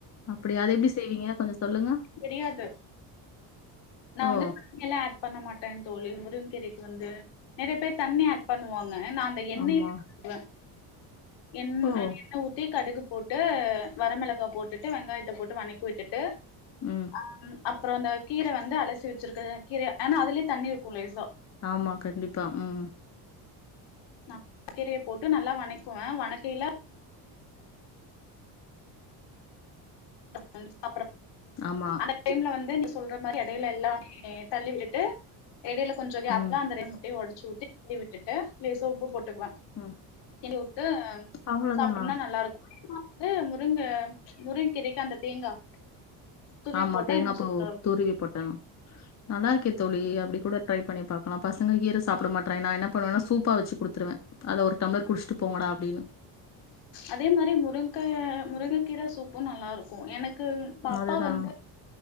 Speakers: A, on the left; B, on the left.
A: அப்டிய அது எப்டி செய்வீங்க கொஞ்சோ சொல்லுங்க
B: தெரியாது நா வந்து
A: ஓ!
B: தண்ணி எல்லா ஆட் பண்ண மாட்டே தோழி முருங் கீரைக்கு வந்து நெறைய பேர் தண்ணி ஆட் பண்ணுவாங்க ஆன் நா அந்த எண்ணெய்
A: ஆமா.
B: வ என்
A: ஓ!
B: அ எண்ண ஊத்தி கடுகு போட்டு வரமெளகா போட்டுட்டு வெங்காயத்த போட்டு வனைக் விட்டுட்டு
A: ம்.
B: அ ம் அப்றோ அந்த கீர வந்து அலசி வச்சிருக்குற கீரய ஆனா அதுலே தண்ணி இருக்கு லேஸ்ஸா
A: ஆமா, கண்டிப்பா. ம்.
B: நா கீரைய போட்டு நல்லா வனைக்குவ வனைக்கேல <inaudible> அப்றோ
A: ஆமா.
B: அந்த டைம்ல வந்து சொல்ற மாரி எடைல எல்லாமே தள்ளி விட்டுட்டு எடேல கொஞ்சொ கேப்ல
A: ம்,
B: அந்த ரெண்டு முட்டைய ஒடச்சு ஊத்தி தள்ளி விட்டுட்டு லேசா உப்பு போட்டுக்குவ
A: ம்
B: எந்த உப் து
A: அவ்வளோதானா?
B: சாப்புன்னா நல்லா இருக் க முருங்க முருங் கீரேக்கு அந்த தேங்கா துருவி
A: ஆமா
B: போட்டா
A: தேங்கா
B: இன்னு
A: பாவூ
B: சூப்பரா இருக்கு
A: துருவி போட்டா நல்லா இருக்கே தோழி அப்டி கூட ட்ரை பண்ணி பாக் ஆனா பசங்க கீர சாப்புட மாட்றாங்க நா என்ன பண்ணுவனா சூப்பா வச்சு குடுத்துருவ அத ஒரு டம்ளர் குடிச்ட்டு போங்கடா அப்டின்னு
B: அதே மாரி முருங்காய முருங்க கீர சூப்பு நல்லா இருக்கு எனக் கு பாப்பா
A: அதுதான்.
B: வந்து